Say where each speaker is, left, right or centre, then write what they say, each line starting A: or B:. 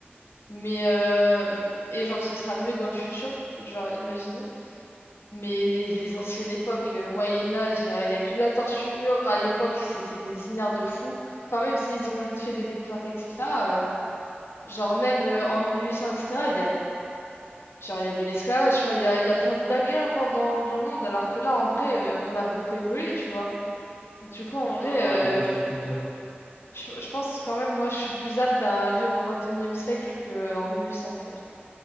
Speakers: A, on the left; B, on the left.
A: Mais euh, et genre ce sera mieux dans le futur, genre imaginons. Mais les, les anciennes époques, euh, Moyen Âge, il y a, y a que de la torture. À l'époque c'était des ignares de fous. Enfin même s'ils ont fait des découvertes etc. euh, genre même euh, en 1800 etc. Genre, il y avait l'esclavage, enfin, il y a, il y a plein de dingueries encore dans, dans le monde, alors que là, en vrai, euh, on a beaucoup évolué, tu vois. Du coup, en
B: Mm,
A: vrai, euh,
B: Ouais, je vois ce que tu veux dire.
A: je, je pense quand même, moi, je suis plus apte à vivre au 21e siècle qu'en 1800, genre.